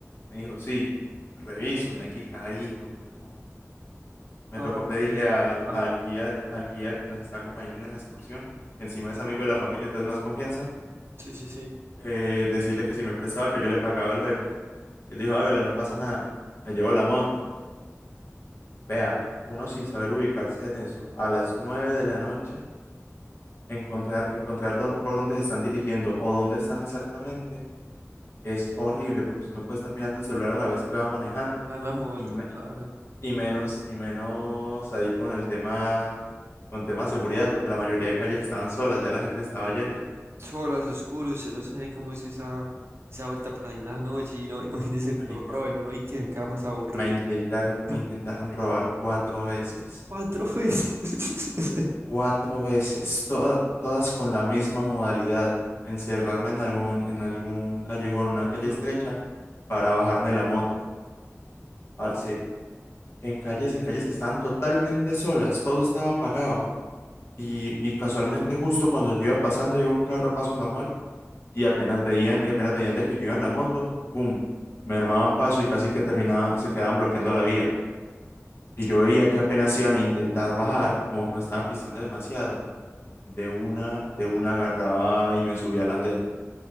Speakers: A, on the left (about 55°); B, on the right (about 50°).
A: Me dijo, sí, reviso, Nequi caído, huevón. Me
B: Ay,
A: tocó pedirle
B: mira.
A: al,
B: Ah,
A: al guía, al guía que nos está acompañando en esa excursión, que encima es amigo de la familia, entonces más confianza.
B: Sí, sí, sí.
A: eh, decirle que si me prestaba, que yo le pagaba luego. Él dijo, hágale, no pasa nada. Me llevo la moto. Vea, uno sin saber ubicarse en eso, a las 9 de la noche, encontrar, encontrar dó- por dónde se están dirigiendo o dónde están exactamente, es horrible porque usted no puede estar mirando el celular a la vez que va manejando
B: En la moto,
A: y, me-
B: claro.
A: y menos, y menos ahí con el tema, con tema de seguridad, porque la mayoría de calles estaban solas, ya la gente estaba yendo.
B: Solas, oscuro, usted no sabe cómo es esa, esa vuelta por ahí en la noche. Y no, imagínese
A: Marica,
B: que lo roben uno y que queda más aburrido.
A: me intentaron, me
B: Ja,
A: intentaron robar cuatro veces.
B: Cuatro veces. <laughs>
A: Cuatro veces, toda- todas con la misma modalidad, encerrarme en algún, en algún callejón, una calle
B: Dijo,
A: estrecha, para bajarme la moto. Parce,
B: "Uy,
A: en calles, en calles que estaban totalmente solas, todo estaba apagado. Y, y casualmente justo cuando yo iba pasando, iba un carro a paso normal, y apenas veían, y apenas veían de que yo iba en la moto, ¡pum! Me armaban paso y casi que terminaban, se quedaban bloqueando la vía. Y
B: sí".
A: yo veía que apenas iban a intentar bajar, como que me estaban pisteando demasiado. De una, de una agarraba y me subí al andén.